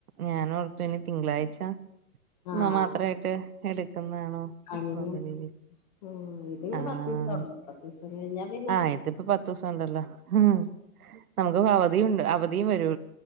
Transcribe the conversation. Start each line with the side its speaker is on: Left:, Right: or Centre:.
Right: ഞാനോർത്തു ഇനി തിങ്കളാഴ്ച എന്നാ
Left: ആഹ്
Right: മാത്ര ആയിട്ട് എടുക്കുന്നതാണോ
Left: അങ്ങനെ
Right: എന്നുള്ള
Left: ആഹ് അല്ല അങ്ങനെ
Right: രീതിൽ
Left: ആഹ് ഇതിങ്ങനെ
Right: ആഹ്
Left: പത്ത് ദിവസം ഉണ്ട് പത്ത് ദിവസം കഴിഞ്ഞാ പിന്നെ
Right: ആ ഇതിപ്പ പത്ത് ദിവസം ഉണ്ടല്ലോ ഉം നമുക്കപോ അവധിയുണ്ട് അവ ധീം വരു